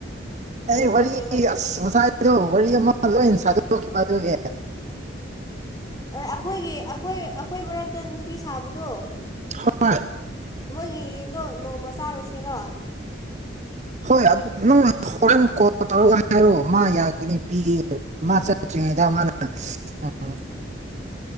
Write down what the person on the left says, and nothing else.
ꯈꯪꯉꯦꯕ ꯑꯩꯗꯣ
ꯑꯩꯈꯣꯏꯒꯤ ꯑꯩꯈꯣꯏ ꯑꯩꯈꯣꯏ ꯃꯔꯛꯇ ꯅꯨꯄꯤ ꯁꯥꯕꯗꯣ
ꯃꯣꯏꯒꯤ ꯌꯦꯟꯗꯣ ꯅꯣꯡꯃ ꯆꯥꯔꯨꯁꯤꯔꯣ